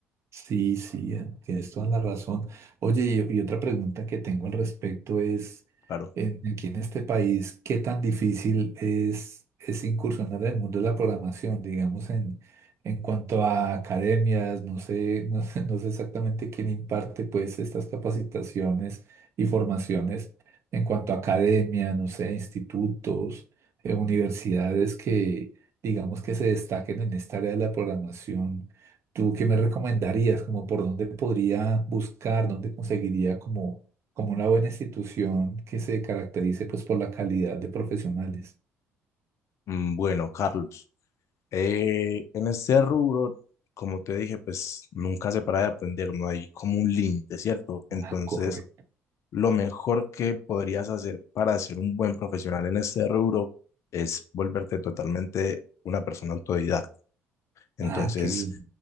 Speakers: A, on the right (about 50°); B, on the left (about 55°).
A: Sí, sí, eh, tienes toda la razón. Oye, y, y otra pregunta que tengo al respecto es,
B: Claro.
A: en- aquí en este país, ¿qué tan difícil es, es incursionar en el mundo de la programación, digamos, en, en cuanto a academias? No sé, <laughs> no sé, no sé exactamente quién imparte pues estas capacitaciones y formaciones en cuanto a academia, no sé, institutos, eh, universidades que, digamos, que se destaquen en esta área de la programación ¿Tú qué me recomendarías? Como por dónde podría buscar, dónde conseguiría como, como una buena institución que se caracterice pues por la calidad de profesionales.
B: Mm, Bueno, Carlos, eh, en este rubro, como te dije, pues nunca se para de aprender, no hay como un límite, ¿cierto?
A: Ah,
B: Entonces,
A: correcto.
B: Lo mejor que podrías hacer para ser un buen profesional en este rubro es volverte totalmente una persona autodidacta. Entonces,
A: Ah, qué bien.